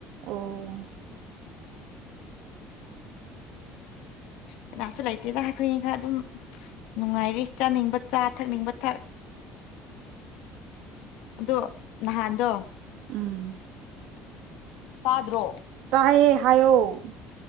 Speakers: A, on the right; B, on the left.
A: ꯑꯣ꯫
B: ꯀꯅꯥꯁꯨ ꯂꯩꯇꯦꯗ ꯑꯩꯈꯣꯏꯅꯤ ꯈꯛ ꯑꯗꯨꯝ ꯅꯨꯡꯉꯥꯏꯔꯤ ꯀꯥ ꯆꯥꯅꯤꯡꯕ ꯆꯥ ꯊꯛꯅꯤꯡꯕ ꯊꯛ꯫ ꯑꯗꯣ ꯅꯍꯥꯟꯗꯣ꯫
A: ꯎꯝ
B: ꯇꯥꯗ꯭ꯔꯣ꯫
A: ꯇꯥꯌꯦ ꯍꯥꯏꯌꫭ꯫